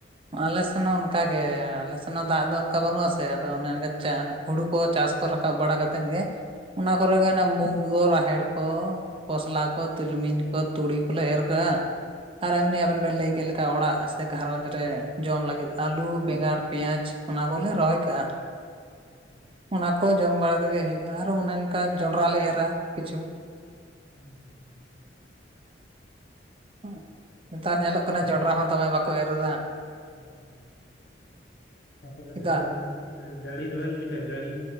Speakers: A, on the right; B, on the left.
A: ᱟᱞᱮ ᱥᱮᱱ ᱦᱚᱸ ᱚᱱᱠᱟᱜᱮ ᱟᱞᱮ ᱥᱮᱱ ᱦᱚᱸ ᱫᱟᱜ ᱫᱚ ᱚᱱᱠᱟ ᱚᱱᱠᱟ ᱵᱟᱹᱱᱩᱜ ᱟᱥᱮ ᱟᱫᱚ ᱚᱱᱮ ᱚᱱᱠᱟ <unintelligible> ᱦᱩᱲᱩ ᱠᱚ ᱪᱟᱥ ᱠᱚ ᱨᱟᱠᱟᱵ ᱵᱟᱲᱟ ᱠᱟᱛᱮᱫ ᱜᱮ ᱚᱱᱟ ᱠᱚᱨᱮ ᱜᱮ ᱚᱱᱮ ᱢᱩᱠ <unintelligible> ᱨᱟᱦᱮᱲ ᱠᱚ ᱠᱷᱚᱥᱞᱟ ᱠᱚ ᱛᱤᱞᱢᱤᱧ ᱠᱚ ᱛᱩᱲᱤ ᱠᱚᱞᱮ ᱮᱻᱨ ᱠᱟᱜᱼᱟ ᱟᱨ ᱮᱢᱱᱤ ᱟᱵᱮᱱ ᱵᱮᱱ ᱞᱟᱹᱭ ᱠᱮᱫ ᱞᱮᱠᱟ ᱚᱲᱟᱜ ᱥᱮ ᱜᱷᱟᱨᱚᱸᱡᱽ ᱨᱮ ᱡᱚᱢ ᱞᱟᱹᱜᱤᱫ ᱟᱹᱞᱩ ᱵᱮᱸᱜᱟᱲ ᱯᱮᱸᱭᱟᱡᱽ ᱚᱱᱟ ᱠᱚᱞᱮ ᱨᱚᱦᱚᱭ ᱠᱟᱜᱼᱟ
B: <unintelligible>
A: ᱚᱱᱟ ᱠᱚ ᱡᱚᱢ ᱵᱟᱲᱟ ᱛᱮᱜᱮ ᱦᱩᱭᱩᱜᱼᱟ ᱟᱨᱚ ᱚᱱᱮ ᱚᱱᱠᱟ ᱡᱚᱱᱰᱨᱟ ᱞᱮ ᱮᱻᱨᱟ ᱠᱤᱪᱷᱩ
B: <unintelligible>
A: <inaudible> ᱱᱮᱛᱟᱨ ᱧᱮᱞᱚᱜ ᱠᱟᱱᱟ ᱡᱚᱱᱰᱨᱟ ᱦᱚᱸ ᱫᱚᱢᱮ ᱵᱟᱠᱚ ᱮᱻᱨ ᱮᱫᱟ
B: <unintelligible> ᱛᱟᱯᱚᱨᱮ
A: ᱪᱮᱫᱟᱜ
B: ᱱᱮᱛᱟᱨ ᱡᱟᱹᱲᱤ ᱫᱚᱵᱤᱱ ᱵᱩᱡᱟ ᱡᱟᱹᱲᱤ